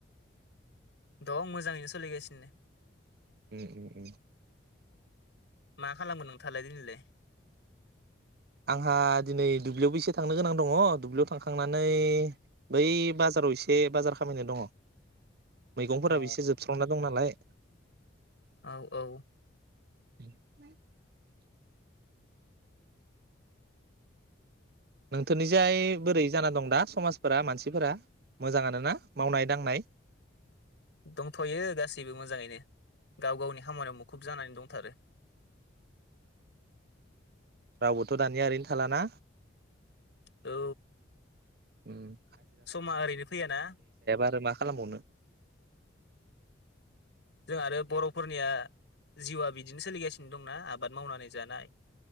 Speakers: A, on the left; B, on the right.
A: दं मोजाङैनो सोलिगासिनो दे।
B: ए ए ए।
A: मा खालामगोन नोंथाङालाय दिनैलाय?
B: आंहा दिनै दुब्लियावबो एसे थांनो गोनां दङ दुब्लियाव थांखांनानै बै बाजाराव एसे बाजार खामहैनो दङ। मैगंफोराबो
A: अ
B: एसे जोबस्रांना दं नालाय।
A: औ औ
B: <inaudible> नोंथोरनिजाय बोरै जाना दं दा समाजफोरा मानसिफोरा मोजां आरोना मावनाय दांनाय?
A: दंथ'यो गासैबो मोजाङैनो गाव गावनि खामानियाव मुख खुब जानानै दंथारो।
B: रावबोथ' दानिया ओरैनो थालाना?
A: औ।
B: उम।
A: समा ओरैनो फैयाना
B: आरो मा खालामबावनो
A: जों आरो बर'फोरनिया जिउआ बिदिनो सोलिगासिनो दं ना आबाद मावनानै जानाय।